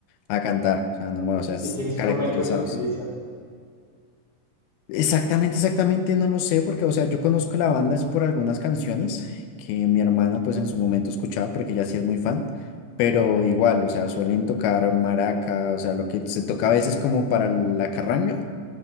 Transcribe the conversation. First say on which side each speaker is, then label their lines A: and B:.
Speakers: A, on the left (about 80°); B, on the left (about 60°).
A: A Cantar, o sea, normal, o sea, es
B: ¿Y qué instrumentos
A: caracterizados.
B: utilizan?
A: Exactamente, exactamente, no lo sé, porque, o sea, yo conozco la banda es por algunas canciones que mi hermana, pues, en su momento escuchaba, porque ella sí es muy fan, pero igual, o sea, suelen tocar maraca, o sea, lo que se toca a veces como para la carranga,